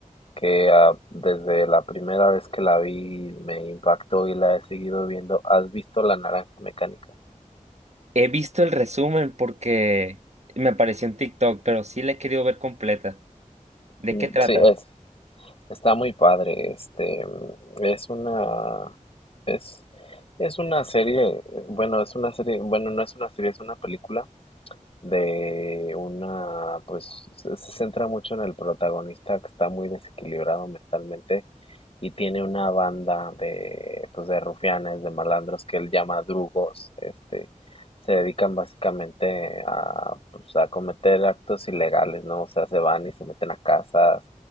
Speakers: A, on the left; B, on the right.
A: que ah, desde la primera vez que la vi me impactó y la he seguido viendo. ¿Has visto La Naranja Mecánica?
B: He visto el resumen porque me apareció en TikTok, pero sí la he querido ver completa. ¿De
A: Mm,
B: qué trata?
A: Sí, es, Está muy padre, este, mm, es una, es, es una serie, eh, bueno, es una serie, bueno, no es una serie, es una película de una, pues se, se centra mucho en el protagonista que está muy desequilibrado mentalmente y tiene una banda de, pues de rufianes, de malandros que él llama drugos, este, se dedican básicamente a, pues, a cometer actos ilegales, ¿no? O sea, se van y se meten a casas.